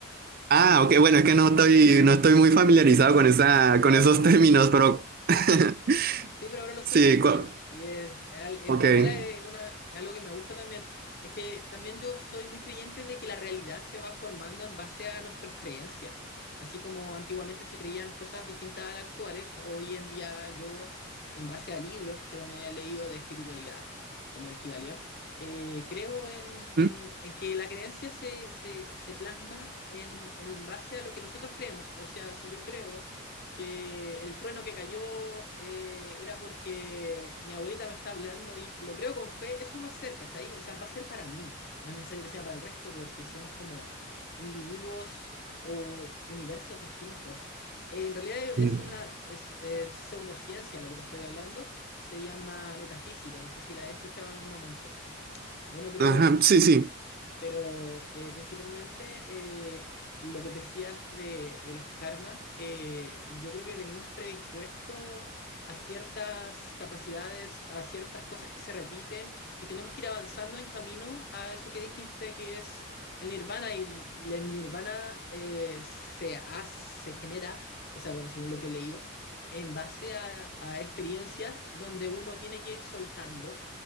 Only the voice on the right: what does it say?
Ah,
ok, bueno, es que no estoy, no estoy muy familiarizado con esa, con
esos
términos, pero <laughs>
sí, cu-
ok.
Mm,
mm.
Ajá, sí, sí.